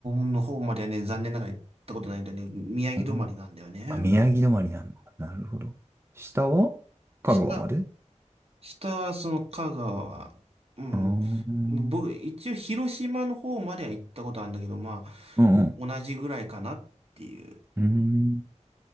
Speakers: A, on the right; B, on the right.
A: の方まではね、残念ながら行ったことないんだよね。宮城止まりなんだよね。
B: うんあ、宮城止まりなんだ。なるほど。下は香川まで
A: 下、下はその香川。うん。
B: あーうん
A: 僕、一応広島の方までは行ったことあるんだけど、まあ、
B: うん
A: 同じぐらいかなっていう。
B: うん。